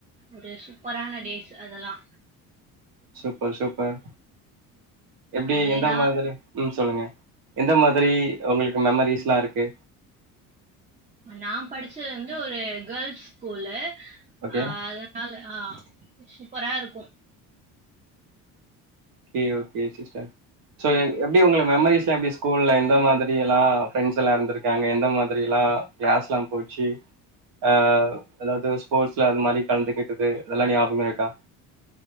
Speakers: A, on the right; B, on the right.
A: ஒரு சூப்பரான டேஸ் அதெல்லா
B: சூப்பர் சூப்பர் எப்டி
A: அது
B: எந்த
A: நா
B: மாதிரி ம் சொல்லுங்க எந்த மாதிரி உங்களுக்கு மெமரீஸ்லா இருக்கு
A: நா படிச்சது வந்து ஒரு கேர்ள்ஸ் ஸ்கூலு
B: ஓகே
A: ஆ அத னால ஆ சூப்பரா இருக்கு
B: கே ஓகே சிஸ்டர் சேரி எப்டி உங்களுக்கு மெமரீஸ்லா எப்டி ஸ்கூல்ல எந்த மாதிரியெல்லா ஃப்ரெண்ட்ஸ் எல்லா இருந்திருக்காங்க எந்த மாதிரியெல்லா யாஸ்லா போச்சு ஆ அதாவ்து ஸ்போர்ட்ஸ்ல அது மாரி கலந்துக்கிட்டது இதெல்லா ஞாபக இருக்கா